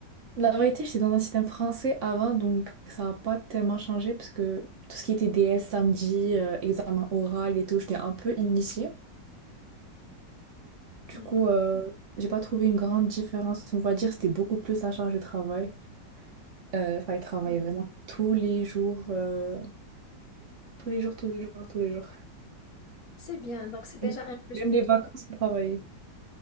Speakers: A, on the right (about 50°); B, on the left (about 60°).
A: la vérité, j'étais dans un système français avant, donc ça n'a pas tellement changé, parce que tout ce qui était DS samedi, euh, examen oral et tout, j'étais un peu initiée. Du
B: Mhm.
A: coup, euh, j'ai pas trouvé une grande différence, on va dire, c'était beaucoup plus la charge de travail. Euh, enfin, il travaillait vraiment tous les jours, euh, tous les jours, tous les jours, tous les jours.
B: C'est bien, donc c'est déjà
A: <laughs>
B: un plus
A: Même
B: pour
A: les vacances, il travaillait.